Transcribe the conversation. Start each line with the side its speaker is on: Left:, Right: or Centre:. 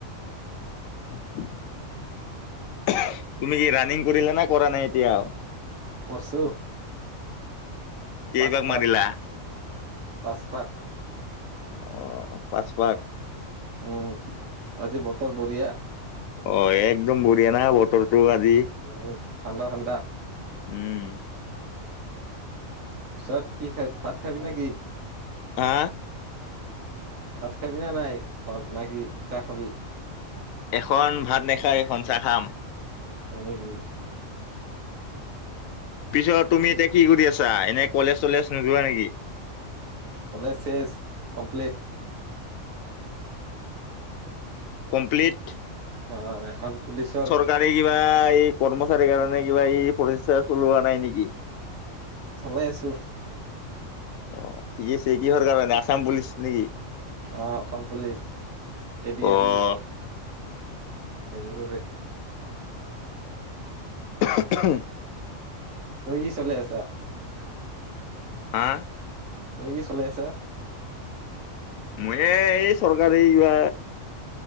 Left: তুমি কি ৰাণিং কৰিলা নে কৰা নাই এতিয়াও?
Right: কৰছো।
Left: কেইপাক
Right: পাঁচ পাক
Left: মাৰিলা,
Right: পাঁচ পাক
Left: অ হ পাঁচ পাক।
Right: উম আজি বতৰ বঢ়িয়া।
Left: অ একদম বঢ়িয়া না বতৰটো আজি
Right: উম, ঠাণ্ডা ঠাণ্ডা
Left: উম।
Right: পিছত কি খা ভাত খাবি না কি?
Left: হা?
Right: ভাত খাবি না নাই এখন না কি চাহ খাবি?
Left: এখন ভাত নাখায় এখন চাহ খাম।
Right: হয় নেকি?
Left: পিছত তুমি এতিয়া কি কৰি আছা এনে কলেজ চলেজ নোযোৱা নেকি?
Right: কলেজ চেজ কমপ্লিট।
Left: কমপ্লিট।
Right: অ এখন পুলিচৰ।
Left: চৰকাৰী কিবা এই কৰ্মচাৰীৰ কাৰণে কিবা এই প্ৰচেষ্টা চলোৱা নাই নেকি?
Right: চলাই আছো।
Left: অ ঠিক আছে কিহৰ কাৰণে আছাম পুলিচ নেকি?
Right: অ Assam police A D
Left: অ'
Right: R E. সেইবোৰৰে।
Left: উম <unintelligible>
Right: তুমি কি চলাই আছা?
Left: হা?
Right: তই কি চলাই আছা?
Left: মইে এই চৰকাৰি কিবা।